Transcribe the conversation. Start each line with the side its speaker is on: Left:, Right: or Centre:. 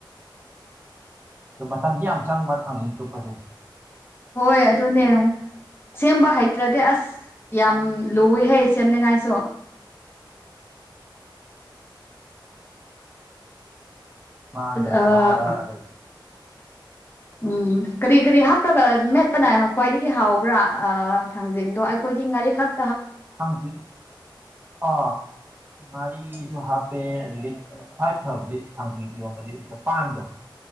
Right: ꯑꯗꯨ ꯃꯇꯝꯗꯤ ꯌꯥꯝ ꯆꯪꯕ ꯊꯥꯡꯖꯤꯡ ꯇꯨꯞꯄꯁꯦ
Left: ꯍꯣꯏ ꯑꯗꯨꯅꯦ ꯁꯦꯝꯕ ꯍꯩꯇ꯭ꯔꯗꯤ ꯑꯁ ꯌꯥꯝ ꯂꯨꯑꯦ ꯍꯥꯏ ꯁꯦꯝꯅꯤꯉꯥꯏꯁꯨ
Right: ꯃꯥꯗꯕ
Left: ꯎꯝ
Right: ꯃꯥꯒ ꯑꯗꯨ
Left: ꯎꯝ ꯀꯔꯤ ꯀꯔꯤ ꯍꯥꯞꯄꯒ ꯃꯦꯠꯄꯅ ꯈ꯭ꯋꯥꯏꯗꯒꯤ ꯍꯥꯎꯕ꯭ꯔꯥ ꯊꯥꯡꯖꯤꯡꯗꯣ ꯑꯩꯈꯣꯏꯗꯤ ꯉꯥꯔꯤꯈꯛ
Right: ꯊꯥꯡꯁꯤ ꯑꯥ ꯉꯥꯔꯤꯁꯨ ꯍꯥꯞꯄꯦ ꯑꯗꯒꯤ ꯐ꯭ꯋꯥꯏꯚ ꯐꯕꯗꯤ ꯊꯥꯡꯖꯤꯡ ꯏꯔꯣꯝꯕꯗꯤ ꯆꯄꯥꯟꯗꯣ